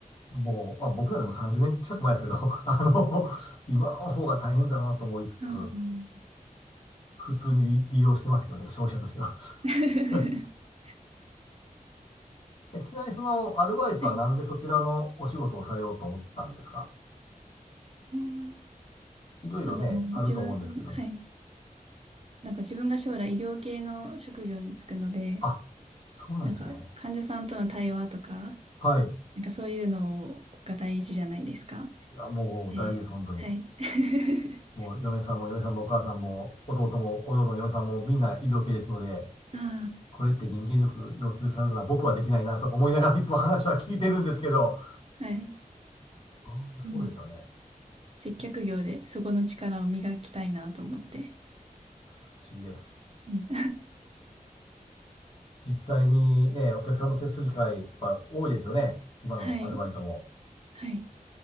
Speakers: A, on the left; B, on the right.
A: もう、まあ、僕らでも30年近く前ですけど、<laughs> あの、今の方が大変だなと思いつつ、
B: あ。ああ。
A: 普通に利用してますけどね、消費者としては。
B: <laughs>
A: <laughs> えちなみにそのアルバイトはなんでそちらのお仕事をされようと思ったんですか
B: はい。あー
A: いろいろね、
B: その、
A: あると思うんですけども。
B: 自分、はい。なんか自分が将来医療系の職業に就くので、
A: あ、そうなんですね。
B: なんか患者さんとの対話とか、
A: はい。
B: なんかそういうのが大事じゃないですか。
A: いや、もう大事です、
B: で、
A: 本当に。
B: はい。<laughs>
A: もう嫁さんも嫁さんのお母さんも、弟も、弟の嫁さんもみんな医療系ですので、
B: あ
A: これって人間力要求されるのは僕はできないなとか思いながらいつも話は聞いてるんですけど、
B: あ、<laughs> はい。
A: あーそうですよね。
B: うん。接客業でそこの力を磨きたいなと思って。
A: 素晴らしいです。
B: うん
A: 実際にね、お客さんと接する機会、やっぱ多いですよね。
B: <laughs>
A: 今のアルバイトも。
B: はい。はい。